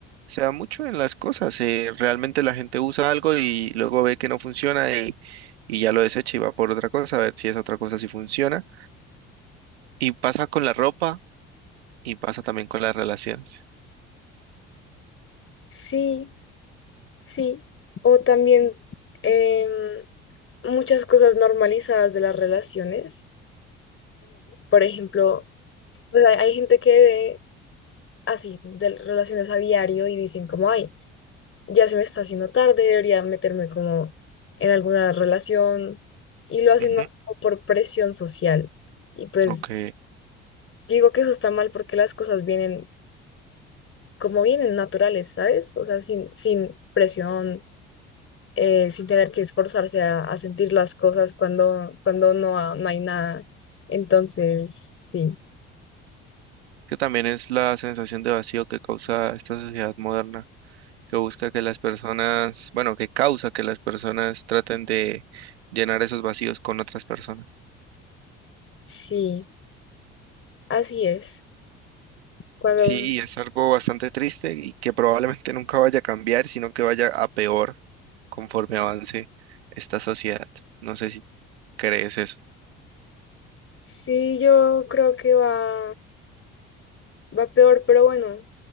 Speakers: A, on the right; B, on the left.
A: se da mucho en las cosas, eh, realmente la gente usa algo y luego ve que no funciona y, y ya lo desecha y va por otra cosa, a ver si esa otra cosa sí funciona Y pasa con la ropa y pasa también con las relaciones.
B: Sí, sí, o también em, muchas cosas normalizadas de las relaciones, por ejemplo, pues hay, hay gente que ve así de relaciones a diario y dicen como, ay, ya se me está haciendo tarde, debería meterme como en alguna relación y lo hacen
A: Ujú,
B: más como por presión social. Y pues
A: Ok.
B: digo que eso está mal porque las cosas vienen como vienen naturales, ¿sabes? O sea, sin, sin presión, eh, sin tener que esforzarse a, a sentir las cosas cuando, cuando no, ha- no hay nada. Entonces, sí,
A: Que también es la sensación de vacío que causa esta sociedad moderna, que busca que las personas, bueno, que causa que las personas traten de llenar esos vacíos con otras personas.
B: sí, así es. Cuando
A: Sí, y es algo bastante triste y que probablemente <laughs> nunca vaya a cambiar, sino que vaya a peor conforme avance esta sociedad. No sé si crees eso.
B: sí, yo creo que va va peor, pero bueno,